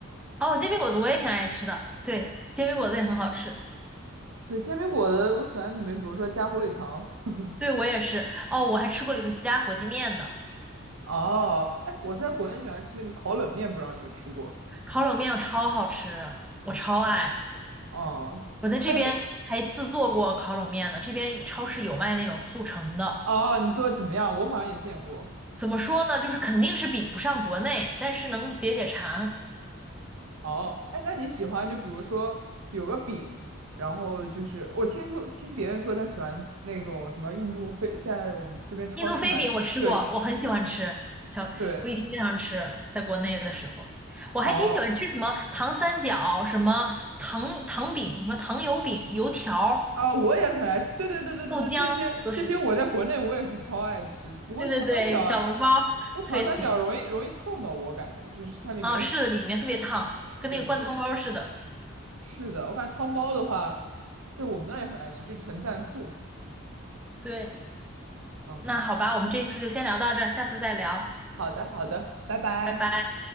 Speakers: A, in the centre; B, on the right.
A: 哦，煎饼果子我也挺爱吃的，对，煎饼果子也很好吃。
B: 对，煎饼果子我喜欢里面，比如说加火腿肠。<laughs>
A: 对，我也是。哦，我还吃过里头加火鸡面的，
B: 哦，哎，我在国内喜欢吃那个烤冷面，不知道你有没有吃过？
A: 烤冷面我超好吃，我超爱。
B: 哦，
A: 我在这边还自做过烤冷面呢，
B: 还有
A: 这边超市有卖那种速成的。
B: 哦，你做的怎么样？我好像也见过。
A: 怎么说呢，就是肯定是比不上国内，但是能解解馋。
B: 哦，哎，那你喜欢就比如说有个饼，然后就是我听说听别人说他喜欢那种什么印度飞，在我们这边超市买的，
A: 印度飞饼我吃过，
B: 对
A: 我很喜欢吃，小，
B: 对，
A: 我以前经常吃，在国内的时候，我还挺喜欢吃什么糖三角、
B: 哦。
A: 什么糖糖饼、什么糖油饼、油条、
B: 啊、我也很爱吃。对对对对对对，
A: 豆浆都是。
B: 这些这些我在国内我也是超爱吃。不过糖三角，
A: 对对对，小笼包特别喜欢
B: 不过糖三角容易容易烫到我，感觉就是它里面是，
A: 啊，是的，里面特别烫，跟那个灌汤包似的。
B: 对对，是的。我感觉汤包的话，对我们那儿也很爱吃，就纯蘸醋。
A: 对，
B: 嗯，
A: 那好吧，我们这一次就先聊到这儿，下次再聊，
B: 好的好的，拜拜。
A: 拜拜。